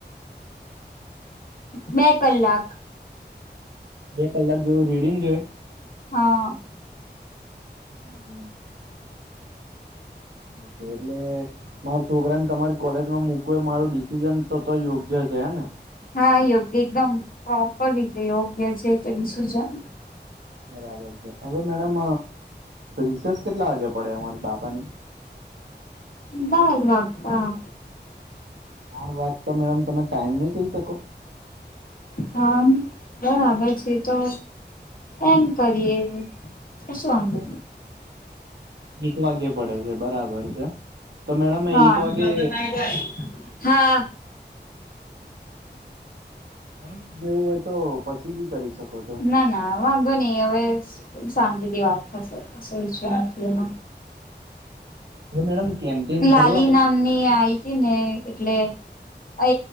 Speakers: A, on the left; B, on the right.
A: બે કલાક
B: બે કલાક જેવું રીડિંગ જોઈએ?
A: હાં.
B: બરાબર એટલે માર છોકરાને તમારી કોલેજમાં મુૂકવો એ મારું ડિસિઝન તો તો યોગ્ય છે હેં ને?
A: હા યોગ્ય એકદમ પ્રોપર રીતે યોગ્ય છે <unintelligible>
B: બરાબર છે અવે મેડમ રિસેસ કેટલા વાગે પડે અમાર બાબાની
A: બાર વાગતા
B: બાર વાગતા મેડમ તમે ટાઈમ નઈ કહી શકો?
A: હા બરાબર છે તો એમ કરીએ શું વાંધો
B: એક વાગ્યે પડે છે બરાબર છે તો મેડમ
A: હા
B: એક વાગે
A: હા
B: મેડમ તમે એવું હોય તો પછી બી કરી શકો છો
A: ના ના ના વાંધો નહી હવે શાંતિથી વાત થશે ઈચ્છ નથી એ
B: હવે મેડમ કેન્ટીન
A: લલી
B: ખરું આપડે
A: નામની આઈ ને એટલે અ